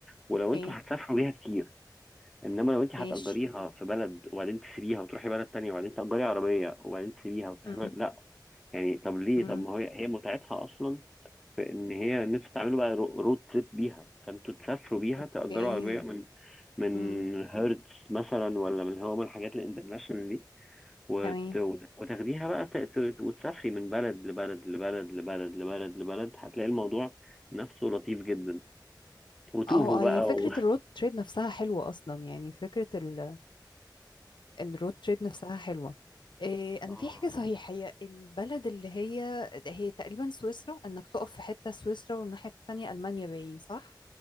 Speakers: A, in the centre; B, on the left (about 80°).
A: ولو
B: اوكي
A: انتوا هتسافروا بيها كتير انما لو انت هتأجريها
B: ماشي
A: في بلد وبعدين تسيبيها وتروحي بلد تانية وبعدين تأجري عربية وبعدين تسيبيها وتروحي
B: امم
A: بلد... لا يعني طب ليه
B: امم
A: طب ما هي هي متعتها اصلا في ان هي نفسي تعملوا بقى رو- رود تريب بيها فانتوا تسافروا بيها
B: اوكي
A: تأجروا عربية من من
B: امم
A: هيرتز مثلا ولا من هو من الحاجات الانترناشونال دي وت...
B: تمام
A: وت- وتاخديها بقى ت... ت- وتسافري من بلد لبلد لبلد لبلد لبلد لبلد هتلاقي الموضوع نفسه لطيف جدا وتوهوا
B: اه
A: بقى
B: اه يعني فكرة
A: و...
B: الرود تريب نفسها حلوة أصلا يعني فكرة ال... الرود تريب نفسها حلوة إيه أنا
A: اه
B: في حاجة صحيحة هي البلد اللي هي هي تقريبا سويسرا إنك تقف في حتة سويسرا والناحية التانية ألمانيا باين صح؟